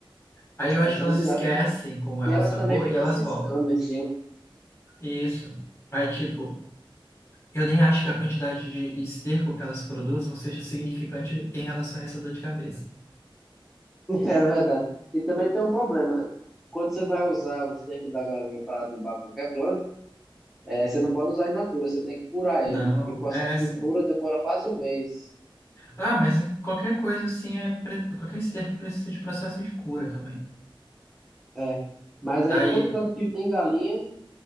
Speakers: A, on the left; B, in the centre.
A: Aí eu
B: Aí
A: acho que
B: são
A: elas
B: desgraça.
A: esquecem
B: E,
A: como é
B: e
A: o
B: elas
A: sabor
B: também ficam
A: e elas
B: ciscando
A: voltam.
B: em cima.
A: Isso. Aí, tipo, eu nem acho que a quantidade de esterco que elas produzem seja significante em relação a essa dor de cabeça.
B: <laughs> É verdade. E também tem um problema, né? Quando você vai usar o esterco da galinha para adubar qualquer planta, é, você não pode usar in natura, você tem que curar
A: Não,
B: ele. E o processo
A: é assim.
B: de cura demora quase um mês.
A: Ah, mas em qualquer coisa assim, é, pre- qualquer esterco precisa de processo de cura também.
B: É. Mas
A: Tá
B: aí
A: Aí,
B: todo campo que tem galinha